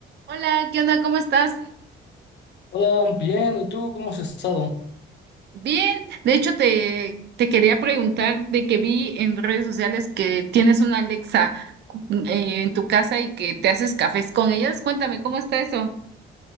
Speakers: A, on the right (about 60°); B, on the left (about 60°).
A: Hola, ¿qué onda? ¿Cómo estás?
B: Hola, bien, ¿y tú cómo has estado?
A: Bien, de hecho te, te quería preguntar de que vi en redes sociales que tienes una Alexa eh, en tu casa y que te haces cafés con ellas. Cuéntame, ¿cómo está eso?